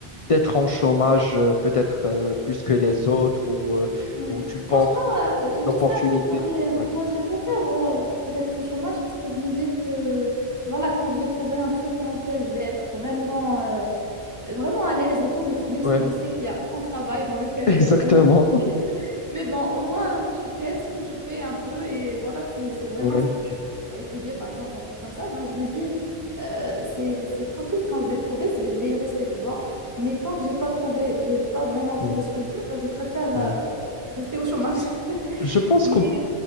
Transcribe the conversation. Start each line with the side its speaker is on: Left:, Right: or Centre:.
Left: d'être en chômage, euh, peut-être euh, plus que les autres, ou, euh,
Right: Ouais.
Left: ou tu penses
Right: Franchement,
Left: que
Right: euh,
Left: l'opportunité.
Right: tu sais, un truc, moi, j'ai,
Left: Ouais,
Right: moi, j'ai pas peur
Left: ouais,
Right: euh, d'être au chômage parce que je me dis que, voilà, quand je vais trouver un truc dans lequel je vais être vraiment, euh, vraiment à l'aise et tout, mer- même
Left: Ouais,
Right: si je sais qu'il y a aucun travail dans lequel
Left: <laughs> exactement.
Right: tu es vraiment tranquille, mais bon, au moins, tu, tu aimes ce que tu fais un peu et voilà, c'est, c'est vraiment
Left: Ouais.
Right: ce que tu as étudié, par exemple, un truc comme ça. Ben, je me dis, euh, c'est, c'est tranquille quand je vais le trouver, c'est, je vais y rester, tu vois. Mais tant que j'ai pas trouvé, j'ai pas vraiment
Left: Mmh,
Right: trouvé ce que je veux, ben, je préfère
Left: ouais.
Right: euh, rester au chômage. <laughs>
Left: Je pense
Right: Mais,
Left: que